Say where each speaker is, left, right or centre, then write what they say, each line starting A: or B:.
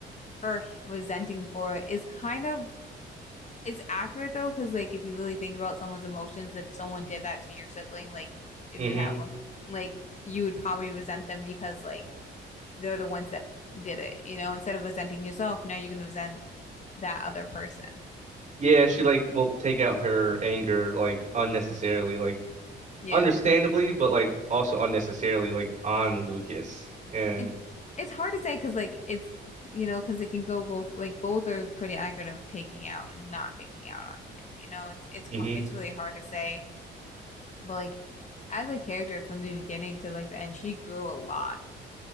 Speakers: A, on the left; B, on the right.
A: her resenting for it is kind of it's accurate though, because like if you really think about someone's emotions, if someone did that to your sibling, like if
B: hmm
A: you have one, like you would probably resent them because like they're the ones that did it, you know, instead of resenting yourself, now you're gonna resent that other person.
B: Yeah, she like will take out her anger like unnecessarily, like
A: Yeah.
B: understandably, but like also unnecessarily like on Lucas. And
A: It it's hard to say because like it's you know, because it can go both like both are pretty accurate of taking out and not taking out on him. You know, it's it's har-
B: mhm.
A: it's really hard to say, but like as a character from the beginning to like the end, she grew a lot.